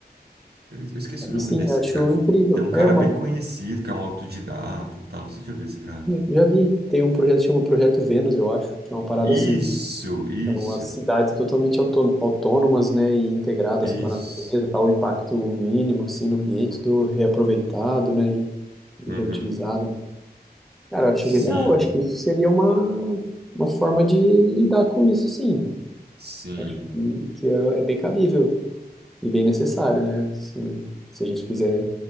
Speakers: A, on the right; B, in the centre.
A: eu eu esqueci
B: Aí
A: o nome
B: sim,
A: desse
B: acho
A: cara.
B: incrível.
A: Tem um cara
B: É uma.
A: bem conhecido, que é um autodidata, e tal. Não sei se já viu esse cara.
B: Já vi. Tem um projeto que chama Projeto Vênus, eu acho, que é uma parada
A: Isso,
B: assim.
A: isso,
B: São as cidades totalmente autô- autônomas, né, e integradas
A: isso.
B: com a natureza, tal, o impacto mínimo, assim, no ambiente, do reaproveitado, né, e,
A: Uhum.
B: e reutilizado. Cara, eu acho
A: Sim,
B: genial, eu acho que isso seria uma, uma forma de lidar com isso, sim.
A: sim.
B: Eu Acho que, que é, é bem cabível. e bem necessário, né? Se, se a gente quiser